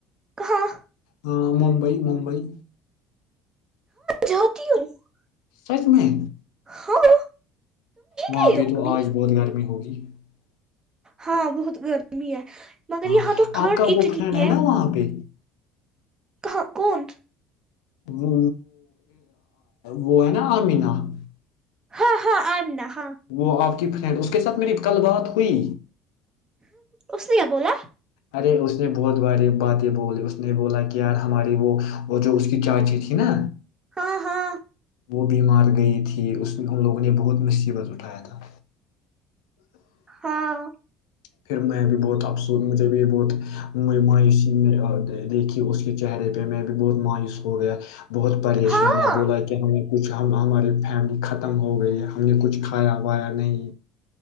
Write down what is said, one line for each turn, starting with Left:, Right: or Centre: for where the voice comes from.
Right: ہاں <unintelligible>
Left: ہاں ممبئی ممبئی
Right: جھاتتی ہوں <unintelligible>
Left: سچ میں
Right: ہاں <unintelligible>
Left: وہاں
Right: گئے
Left: پہ
Right: ہو
Left: تو
Right: کبھی
Left: آج بہت گرمی ہوگی ج <unintelligible>
Right: ہاں بہت گرمی ہے مگر
Left: ہاں
Right: یہاں تو ٹھنڈ
Left: آپ کا
Right: اتنی
Left: وہ فرینڈ ہے نا وہاں پہ
Right: کہاں کون
Left: وہ وہ ہے نا امینا <unintelligible>
Right: ہاں ہاں ای ن <unintelligible>
Left: وہ آپ <unintelligible> فرینڈ اس کے ساتھ میری کل بات ہوئی
Right: اس نے کیا بولا
Left: ارے اس نے بہت باری باتیں بولی اس نے بولا کہ یار ہماری وہ اور جو اس کی چاچی تھی نا
Right: ہاں ہاں
Left: وہ بیمار گئی تھی اس ہم لوگوں نے بہت مصیبت اٹھایا تھا
Right: ہاں <unintelligible>
Left: پھر میں بھی بہت افسوس مجھے بھی بہت مایوسی میں دیکھی اس کے چہرے پہ میں بھی بہت مایوس ہو گیا بہت پریشان
Right: ہاں
Left: ہے بولا کہ ہمیں کچھ ہم ہمارے فیملی ختم ہو گئی ہے ہم نے کچھ کھایا وایا نہیں